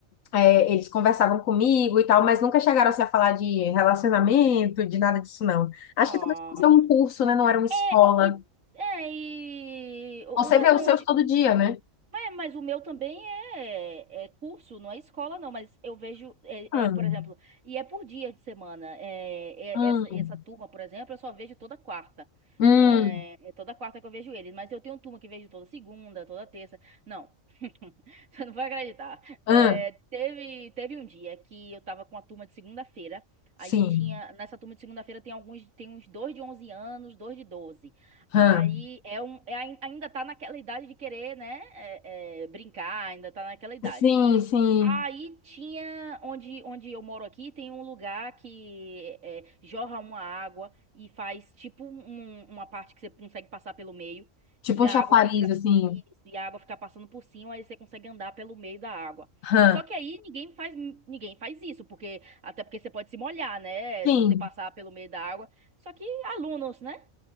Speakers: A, on the left; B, on the right.
A: é, eles conversavam comigo e tal, mas nunca chegaram assim, a falar de relacionamento, de nada disso, não. Acho
B: Ó.
A: que talvez por ser um curso, né? Não era uma escola.
B: É, e. É, e. o-
A: Você
B: o- Mas
A: vê
B: onde.
A: os seus todo dia, né?
B: Mas, mas o meu também é, é curso, não é escola, não. Mas eu vejo, é,
A: Hum,
B: é, por exemplo, e é por dia de semana. É,
A: hum.
B: é- essa, essa turma, por exemplo, eu só vejo toda quarta.
A: Hum,
B: É, é toda quarta que eu vejo eles. Mas eu tenho turma que vejo toda segunda, toda terça. Não, <laughs> você não vai acreditar.
A: hã,
B: É, teve, teve um dia que eu tava com a turma de segunda-feira.
A: sim,
B: Aí tinha, nessa turma de segunda-feira tem alguns, tem uns dois de 11 anos, dois de doze
A: hã,
B: Aí é um, é, ai- ainda tá naquela idade de querer, né? é, é, brincar, ainda tá naquela idade.
A: Sim, sim.
B: Aí tinha, onde, onde eu moro aqui, tem um lugar que é, jorra uma água e faz tipo um- um, uma parte que você consegue passar pelo meio
A: Tipo
B: e
A: um
B: a
A: chafariz,
B: água fica.
A: assim.
B: Isso, e a água fica passando por cima, aí você consegue andar pelo meio da água.
A: hã,
B: Só que aí ninguém faz, ninguém faz isso, porque até porque você pode se molhar, né?
A: Sim.
B: Se você passar pelo meio da água. Só que alunos, né?